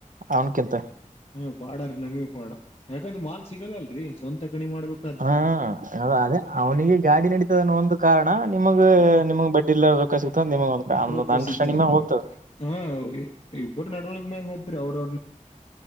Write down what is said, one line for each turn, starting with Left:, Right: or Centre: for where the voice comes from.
Right: ಅವನ್ಕಿಂತ
Left: ಹ್ಮ ಪಾಡ್ರೀ ನಮಿ ಪಾಡ ಯಾಕಂದ್ರೆ ಮಾಲ್ ಸಿಗಲ್ಲ ಅಲ್ರರಿ ಸ್ವಂತ ಕಣಿ ಮಾಡ್ಬೇಕು
Right: ಹಾ ಅ ಅದೇ ಅವ್ನಿಗೆ ಗಾಡಿ ನಡೀತದ ಅನ್ನೋ ಒಂದು ಕ ಕಾರಣ ನಿಮಗ್
Left: ಹ
Right: ನಿಮ್ಗ್ ಬಡ್ಡಿ ಇಲ್ಲ ರೊಕ್ಕ ಸಿತದೆ ನಿಮಗ ಒಂದ ಅಂದೊ್
Left: ರೊಕ್ಕ
Right: ಅಂಡರ್ಸ್ಟ್ಯಾಂಡಿಂಗ್ಗ
Left: ಸಿಗ್ತಾವ
Right: ಹೋಗ್ತದೆ
Left: ಹಾ ಇಬ್ಬರು ನಡವಳಿಕ ಮ್ಯಾಗ ಬತ್ರಿ ಅವ್ರು